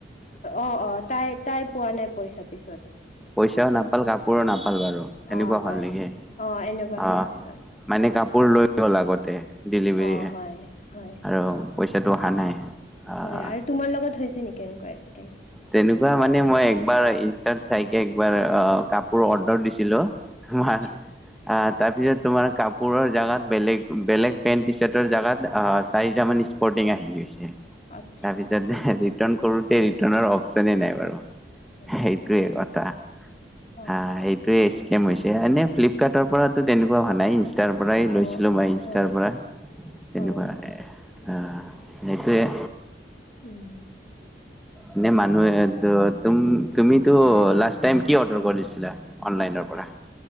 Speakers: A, on the left; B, in the centre.
A: অ', অ', তাই পোৱা নাই পইচা পিছত।
B: পইচাও নাপাল কাপোৰো নাপাল বাৰু,
A: অঁ
B: এনেকুৱা হল
A: হয়
B: নেকি?
A: অঁ এনেকুৱা
B: অ'।
A: হৈছে হয়
B: মানে কাপোৰ লৈ গ'ল আগতে ডেলিভাৰীয়ে,
A: অঁ হয় হয়
B: আৰু পইচাটো অহা নাই। আহ,
A: হয়, আৰু তোমাৰ লগত হৈছে নেকি এনেকুৱা স্কেম?
B: তেনেকুৱা মানে মই একবাৰ ইনষ্টাত চাইকে একবাৰ কাপোৰ অৰ্ডাৰ দিছিলোঁ। <unintelligible>
A: আচ্ছা
B: আ, তাৰপিছত তোমাৰ কাপোৰৰ জেগাত বেলেগ বেলেগ পেণ্ট টি চাৰ্টৰ জেগাত আ, চাৰিটামান স্প পৰৰ্টিং আহি গৈছে।
A: আচ্ছা
B: তাৰপিছত ৰিটাৰ্ণ কৰোতে ৰিটাৰণ অপচনে নাই বাৰু।
A: আচ্ছা
B: এইটোৱে কথা,
A: অঁ
B: হা এইটোৱে ষ্কেম হৈছে, এনে ফ্লিপকাৰ্টৰ পৰাতো তেনেকুৱা হোৱা নাই <unintelligible> ইষ্টাৰ পৰাই লৈছিলোঁ
A: অঁ অঁ
B: মই ইনষ্টটাৰ
A: হয়
B: পৰা, তেনেকুৱা।
A: হয়
B: অ', হেইটোয়েই।
A: উম।
B: এনে মানুহে তো তুম তুমিতো লাষ্ট টাইম কি অৰ্ডাৰ কৰিছিলা অনলাইনৰ পৰা?